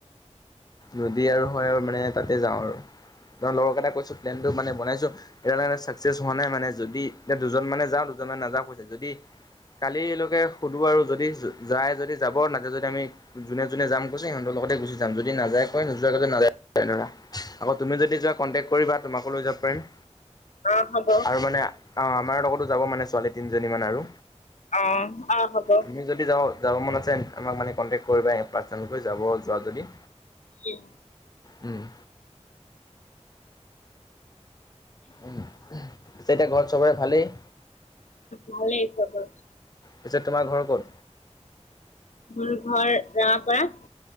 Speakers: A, on the left (about 35°); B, on the left (about 85°).
A: যদি আৰু হয় আৰু মানে তাতে যাওঁ আৰু লগৰকেইটাক কৈছোঁ প্লেনটো মানে বনাইছোঁ। এতিয়ালে ছাকচেছ হোৱা নাই মানে যদি এতিয়া দুজন মানে যাওঁ, দুজন মানে নাযাওঁ কৈছে যদি কালিলৈকে সোধোঁ আৰু যদি যায় যদি যাব নাযায় যদি আমি যোনে, যোনে যাম কৈছে সিহঁতৰ লগতে গুচি যাম, যদি নাযায় কই নোযোৱা কেইজনে নাযায় তেনেৰা আকৌ তুমি যদি যোৱা কণ্টেক্ট কৰিবা তোমাকো লৈ যাব পাৰিম।
B: অ হ'ব অ
A: আৰু মানে অ', আমাৰ লগতো যাব মানে ছোৱালী তিনিজনী মান আৰু।
B: অ হ'ব অ
A: তুমি যদি যাও যাব মন আছে আমাক মানে কণ্টেক্ট কৰিবা পাৰ্চনেলকৈ যাব যোৱা যদি?
B: উম।
A: উম। উম, পিছে এতিয়া ঘৰত চবৰে ভালেই?
B: ভালেই খবৰ।
A: পিছে তোমাৰ ঘৰ ক'ত
B: মোৰ ঘৰ ৰঙাপৰাত।